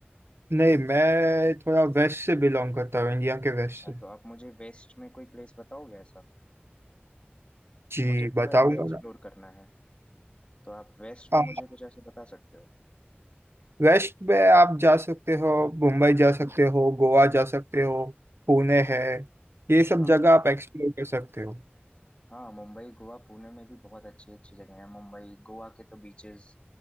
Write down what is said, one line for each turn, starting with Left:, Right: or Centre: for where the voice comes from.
Right: नहीं मैं थोड़ा वेस्ट से बिलोंग करता हूँ इंडिया के
Left: अच्छा
Right: वेस्ट से
Left: तो आप मुझे वेस्ट में कोई प्लेस बताओगे ऐसा
Right: जी
Left: मुझे पूरा
Right: बताऊंगा
Left: इंडिया एक्सप्लोर
Right: ना
Left: करना है तो आप वेस्ट
Right: आ,
Left: में मुझे कुछ ऐसे बता सकते हो
Right: वेस्ट में आप जा सकते हो मुंबई जा सकते हो गोवा जा सकते हो पुणे है ये सब
Left: हाँ
Right: जगह आप एक्सप्लोर कर सकते हो
Left: हाँ मुंबई गोवा पुणे में भी बहुत अच्छी अच्छी जगह है मुंबई गोवा के तो बीचेस